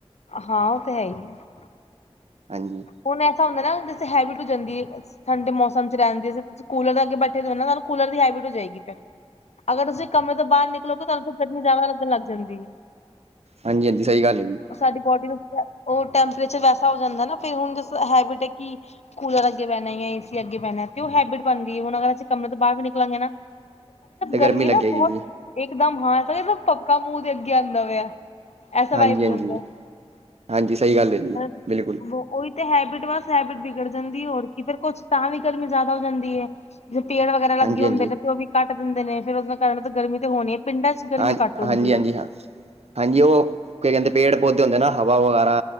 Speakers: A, on the left (about 80°); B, on the right (about 70°).
A: ਹਾਂ ਉਹ ਤਾਂ ਹੈ ਹੀ ਆ
B: ਹਾਂਜੀ।
A: ਹੁਨ ਐਸਾ ਹੁੰਦਾ ਨਾ, ਜੈਸੇ ਹੈਬਿਟ ਹੋ ਜਾਂਦੀ ਏ। ਠੰਡੇ ਮੌਸਮ ਚ ਰੈਂਦੇ ਸੀ, ਤੁਸੀ ਕੂਲਰ ਦੇ ਅੱਗੇ ਬੈੇਠੇ ਦੇ ਓ ਨਾ, ਤਾਨੂੰ ਕੂਲਰ ਦੀ ਹੈਬਿਟ ਹੋ ਜਾਏਗੀ ਫੇਰ। ਅਗਰ ਤੁਸੀਂ ਕਮਰੇ ਤੋ ਬਾਰ ਨਿਕਲੋਗੇ, ਤਾਨੂੰ ਫੇਰ ਗਰਮੀ ਜਾਦਾ ਲੱਗਣ ਲੱਗ ਜਾਂਦੀ ਏ।
B: ਹਾਂਜੀ, ਹਾਂਜੀ ਸਈ ਗੱਲ ਏ ਜੀ।
A: ਉਹ ਸਾਡੀ ਬੋਡੀ ਨੂੰ ਓ ਟੈਂਪਰੇਚਰ ਵੈਸਾ ਹੋ ਜਾਂਦਾ ਨਾ, ਕ ਫਿਰ ਹੁਨ ਜਿਸ ਤਰਾ ਹੈਬਿਟ ਹੈ ਕਿ ਕੂਲਰ ਅੱਗੇ ਬੈਨਾ ਯਾ ਏਸੀ ਅੱਗੇ ਬੈਨਾ, ਤੇ ਓ ਹੈਬਿਟ ਬਨ ਗਈ ਏ ਹੁਨ, ਅਗਰ ਅਸੀ ਕਮਰੇ ਤੋ ਬਾਰ ਵੀ ਨਿਕਲਾਂਗੇ ਨਾ
B: ਤੇ
A: ਗਰਮੀ
B: ਲੱਗੇਗੀ
A: ਨਾ ਬਹੋਤ
B: ਜੀ
A: ਏਕਦਮ, ਹਾਂ, ਏਸਾ-ਜੈਸਾ ਪਬਕਾ ਮੂੰ ਦੇ ਅੱਗੇ ਆਂਦਾ ਪਯੈ। ਐਸਾ
B: ਹਾਂਜੀ-ਹਾਂਜੀ।
A: ਵਾਈਬਜ ਹੋ ਜਾਂਦੈ
B: ਹਾਂਜੀ ਹਾਂਜੀ ਸਹੀ ਗੱਲ ਹੈ ਜੀ
A: <inaudible>
B: ਬਿਲਕੁਲ
A: ਓਈ ਤੇ ਹੈਬਿਟ, ਬਸ ਹੈਬਿਟ ਬਿਗੜ ਜਾਂਦੀ ਏ, ਹੋਰ ਕੀ ਫੇਰ ਕੁਛ ਤਾਂ ਵੀ ਗਰਮੀ ਜਾਦਾ ਹੋ ਜਾਂਦੀ ਏ। ਜੇ ਪੇੜ ਵਗੈਰਾ ਲੱਗੇ
B: ਹਾਂਜੀ-ਹਾਂਜੀ
A: ਹੁੰਦੇ ਨੇ, ਤੇ ਔ ਵੀ ਕੱਟ ਦਿੰਦੇ ਨੇ, ਫੇਰ ਓਸਦੇ ਕਾਰਨ ਗਰਮੀ ਤੇ ਹੋਣੀ ਏ ਪਿੰਡਾਂ ਚ। ਗਰਮੀ
B: ਹਾਂ,
A: ਘੱਟ ਹੁੰਦੀ
B: ਹਾਂਜੀ, ਹਾਂਜੀ,
A: ਹੈ।
B: ਹਾਂ। ਹਾਂਜੀ, ਓ ਕੀ ਕੈਂਦੇ ਪੇੜ-ਪੌਦੇ ਹੁੰਦੇ ਨਾ, ਹਵਾ ਵਗੈਰਾ